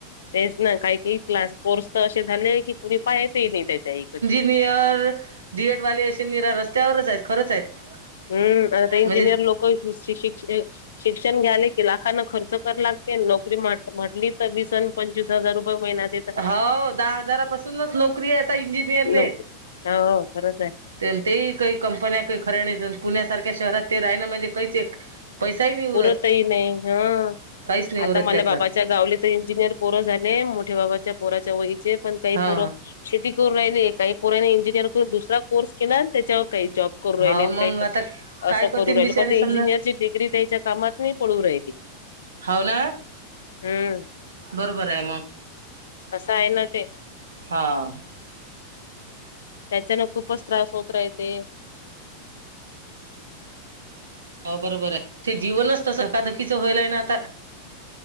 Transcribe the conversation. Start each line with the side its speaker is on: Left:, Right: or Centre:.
Left: तेच ना. काही काही क्लास कोर्स तर असे झाले की कुणी पाहयतेही नाही त्याच्या इकडे.
Right: डी एर् डी एड वाले असे निर रस्त्यावरच आहेत. खरंच आहेत.
Left: हम्म. आता इंजिनियर
Right: म्हणजे
Left: लोक शिक्षिक शिक्षण घ्यायले की लाखांन खर्च क लागतय. नोकरी म्हटली तर वीस अन - पंचवीस हजार रुपये महिना देत
Right: हाव. दहा हजारापासूनच नोकरी आहे आता इंजिनिअरले.
Left: नोकरी हो खरंच आहे.
Right: ते काही कंपन्या काही खऱ्या नाही. पुण्यासारख्या शहरात ते राहिन म्हणजे कहीच एक पैसाही नाही उरत
Left: पुरतही नाही ह.
Right: काहीच नाही
Left: आता
Right: उरत
Left: मला
Right: त्यातला
Left: बाबाच्या गावले तर इंजिनियर पोरं झाले. मोठ्या बाबाच्या पोराच्या वईचे पण काही
Right: हा
Left: पोरं शेती करू राहिले. काही पोराने इंजिनिअर करून दुसरा कोर्स केला न त्याच्यावर काही जॉब करू
Right: हा
Left: राहिले
Right: हो मग
Left: काही
Right: आता काय
Left: असं
Right: करतील
Left: करू राहिले.
Right: बिचारे
Left: पण ते
Right: समजा
Left: इंजिनियरची डिग्री त्यांच्या कामात नाही पडू राहिली.
Right: होव ना?
Left: हम्म
Right: बरोबर आहे मग.
Left: असं आहे ना ते.
Right: हा.
Left: त्याच्यान खूपच त्रास होत राहयते.
Right: हो बरोबर आहे. ते जीवनच तसं धकाधकीचं होईल आहे ना आता.